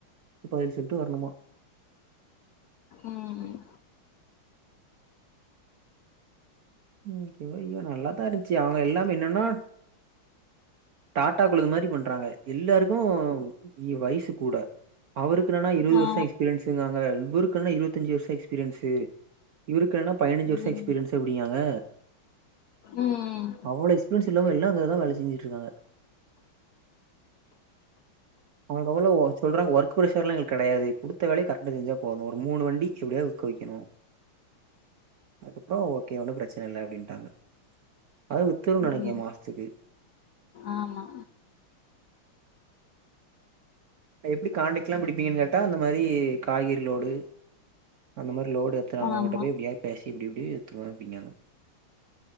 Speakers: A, on the right; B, on the left.
A: பதில் சொல்ட்டு வரணுமா
B: ம்
A: ஐயோ ஐயோ நல்லாதா இருந்துச்சு அவுங்க எல்லாம் என்னன்னா டாட்டா குழுது மாரி பண்றாங்க எல்லாருக்கு இ வயசு கூட அவருக்கு என்னானா இருவது
B: ஆ
A: வருஷோ எக்ஸ்பீரியன்ஸ்ஸுகாங்க இவருக்குனா இருவத்தஞ்சு வருஷோ எக்ஸ்பீரியன்ஸு இவருக்கு என்னானா பதினஜ்சு
B: ம்
A: வருஷோ எக்ஸ்பீரியன்ஸ் அப்டிக்காங்க
B: ம்
A: அவ்ளோ எக்ஸ்பீரியன்ஸ் உள்ளவங்க எல்லா அங்கதா வேல செஞ்சுட்டு இருக்காங்க அவுங்கவுள்ள ஒர் சொல்றாங்க ஒர்க் பிரஷ் ஷர்லா எங்களுக் கடையாது குடுத்த வேலைய கரெக்டா செஞ்சா போது ஒரு மூணு வண்டி எப்டியா விக்க வைக்கணு அதுக்கப்புறோ ஓகே ஒண்ணு பிரச்சன இல்ல அப்டின்ட்டாங்க அதா வித்துருன்னு நனைக்கே
B: ம்
A: மாசத்துக்கு
B: ஆமா
A: எப்டி கான்டெக்ட்ல்லா புடிப்பீங்கன்னு கேட்டா இந்த மாரி காய்கறிலோடு அந்த மாரி லோடு எத்துறவுங்க
B: ஆமா
A: அவுங்கிட்ட போய் எப்டியாது பேசி இப்டி இப்டி எத்துருவ அப்டிங்காங்க